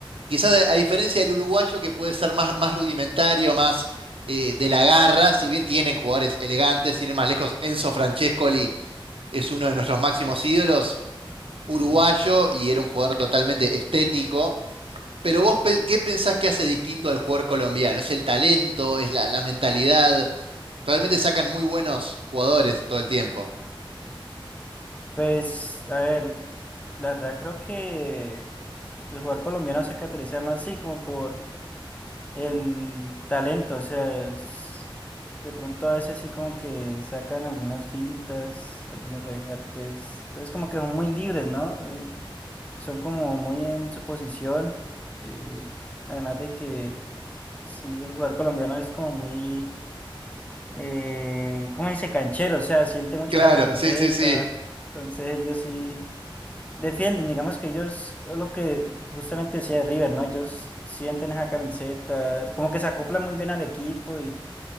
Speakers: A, on the right; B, on the left.
A: Quizás a a diferencia del uruguayo que puede ser más, más rudimentario, más eh, de la garra, si bien tienen jugadores elegantes, sin ir más lejos, Enzo Francescoli es uno de nuestros máximos ídolos uruguayo
B: sí.
A: y era un jugador totalmente estético. Pero vos, pe- ¿qué pensás que hace distinto al jugador colombiano? ¿Es el talento? ¿Es la, la mentalidad? Realmente sacan muy buenos jugadores todo el tiempo.
B: Pues, a ver, la verdad creo que el jugador colombiano se caracteriza más así como por el talento, o sea, es- de pronto a veces sí como que sacan algunas fintas, algunos regates, entonces como que son muy libres, ¿no? Eh, son como muy en su posición. eh, además de que sí, el jugador colombiano es como muy, eh, ¿cómo dice? Canchero, o sea, siente mucho
A: Claro,
B: la camiseta.
A: sí, sí, sí.
B: Entonces ellos sí defienden, digamos que ellos, lo que justamente decía de River, ¿no? Ellos sienten esa camiseta, como que se acoplan muy bien al equipo